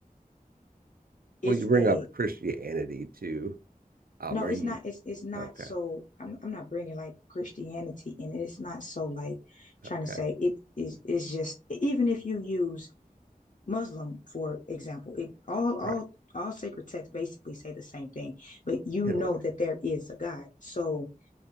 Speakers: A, on the left; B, on the right.
A: it's
B: well, you bring
A: a
B: up Christianity too. Um,
A: No,
B: are
A: it's
B: you
A: not. It's it's not
B: okay?
A: so. I'm I'm not bringing like Christianity in it. It's not so like trying
B: Okay,
A: to say it is. It's just even if you use Muslim for example, it all all
B: right,
A: all sacred texts basically say the same thing. But you
B: in
A: know
B: a way.
A: that there is a God. So